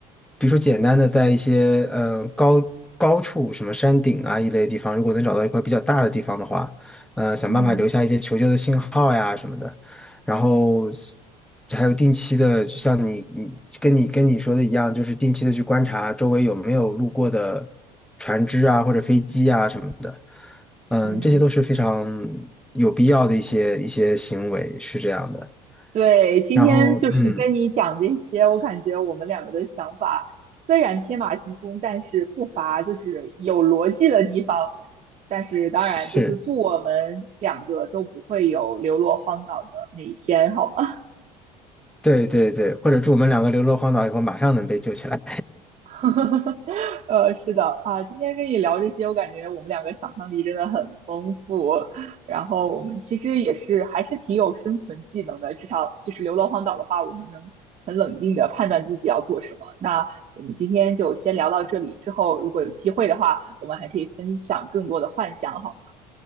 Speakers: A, in the centre; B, on the right.
A: 比如说简单的在一些嗯高高处，什么山顶啊一类地方，如果能找到一块比较大的地方的话，呃，想办法留下一些求救的信号呀什么的。
B: 嗯
A: 然后还有定期的，就像你你跟你跟你说的一样，就是定期的去观察周围有没有路过的船只啊或者飞机啊什么的，嗯，
B: 嗯
A: 这些都是非常有必要的一些一些行为，是这样的。
B: 对，今天就是跟你讲这些，
A: 然后嗯，
B: 我感觉我们两个的想法虽然天马行空，但是不乏就是有逻辑的地方。但是当然，
A: 是，
B: 就是祝我们两个都不会有流落荒岛的那一天，好吗？
A: 对对对，或者祝我们两个流落荒岛以后马上能被救起来。
B: <laughs> 呃，是的啊，今天跟你聊这些，我感觉我们两个想象力真的很丰富，然后我们其实也是还是挺有生存技能的，至少就是流落荒岛的话，我们能很冷静的判断自己要做什么。那我们今天就先聊到这里，之后如果有机会的话，我们还可以分享更多的幻想，好吗？